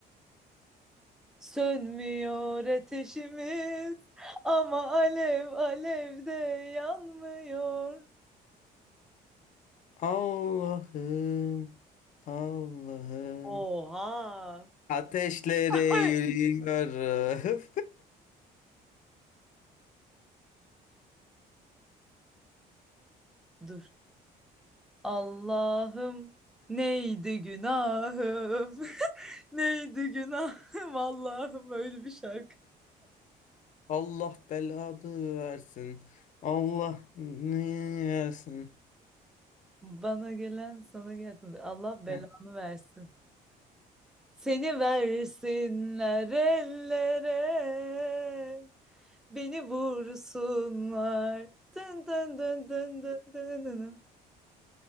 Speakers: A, in the centre; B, on the left (about 50°).
A: Sönmüyor ateşimiz ama alev alev de yanmıyor.
B: Allah'ım, Allah'ım.
A: Oha!
B: Ateşlere
A: Ay,
B: yürüyorum.
A: Dur. Allah'ım neydi günahım? <laughs> Neydi günahım Allah'ım öyle bir şarkı.
B: <laughs> Allah belanı versin. Allah ne versin.
A: Bana gelen sana gelsin. Allah belanı
B: Heh.
A: versin. Seni versinler ellere. Beni vursunlar. Dın dın dın dın dın dın dın.